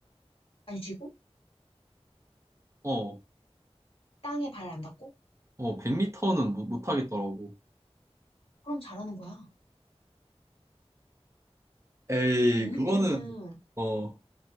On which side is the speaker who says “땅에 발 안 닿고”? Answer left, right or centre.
Left